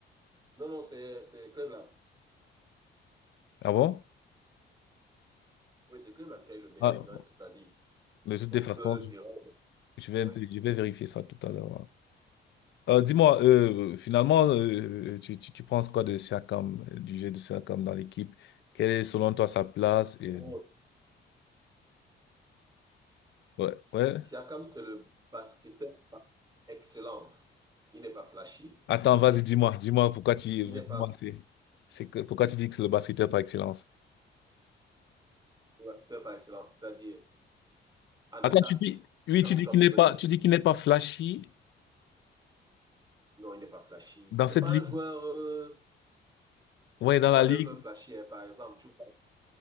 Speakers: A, on the right; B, on the left.
A: non, non, c'est c'est Cleveland.
B: Ah bon?
A: Oui, c'est Cleveland qui a eu le meilleur
B: Ah,
A: bilan de toute la ligue.
B: mais de toutes
A: Sauf
B: les façons,
A: euh, Iran.
B: je vais,
A: Oui.
B: un peu- je vais vérifier ça tout à l'heure. là. Euh, dis-moi, euh, finalement, euh, euh, tu, tu, tu penses quoi de Siakam, euh, du jeu de Siakam dans l'équipe? Quelle est selon toi sa place? Et...
A: Oh,
B: Ouais,
A: Siakam,
B: ouais.
A: c'est le basketteur par excellence. Il n'est pas flashy.
B: Attends, vas-y, dis-moi, dis-moi pourquoi tu,
A: Il n'est
B: dis-moi,
A: pas
B: c'est, c'est que, pourquoi tu dis que c'est le basketteur par excellence?
A: ouais, basketteur par excellence. C'est-à-dire, en
B: Attends,
A: attaque
B: tu dis, oui,
A: quand
B: tu dis
A: tu
B: qu'il
A: as besoin
B: n'est pas,
A: de.
B: tu dis qu'il n'est pas flashy
A: Non, il n'est pas flashy.
B: dans
A: C'est
B: cette
A: pas
B: ligue.
A: un joueur. euh,
B: Ouais,
A: Je te
B: dans
A: parle
B: la ligue.
A: d'un joueur flashy, hein, par exemple. Tu vois,